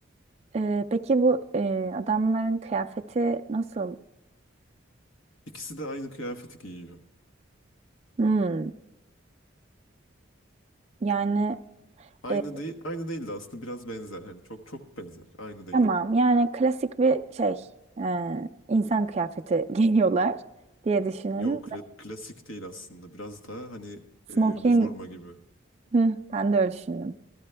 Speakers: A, on the right; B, on the left.
A: Ee, peki bu e, adamların kıyafeti nasıl?
B: İkisi de aynı kıyafeti giyiyor.
A: Hmm, yani
B: Aynı
A: e,
B: değil, aynı değil de aslında biraz benzer. Hani çok çok benzer. Aynı değil.
A: tamam. Yani klasik bir şey e, insan kıyafeti <laughs> giyiyorlar diye düşünelim.
B: Yok, kla- klasik değil aslında. Biraz daha hani e,
A: Smoking.
B: üniforma gibi.
A: Hı, ben de öyle düşündüm.